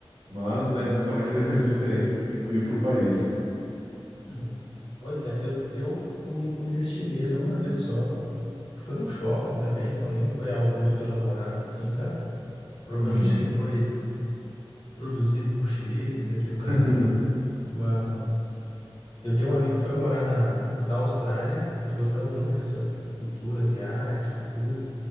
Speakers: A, on the right; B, on the left.
A: Mas, né, nunca vai <laughs> ser a mesma experiência do que tu ir pro país.
B: Uhum. Pois é, eu, eu comi comida chinesa uma vez só. E Foi num shopping também, então nem foi algo muito elaborado assim, sabe? Provavelmente
A: Uhum.
B: nem foi produzido por chineses aqui no
A: <laughs>
B: Brasil, mas Eu tenho um amigo que foi morar na, na Austrália, ele gostava muito dessa cultura asiática, tudo,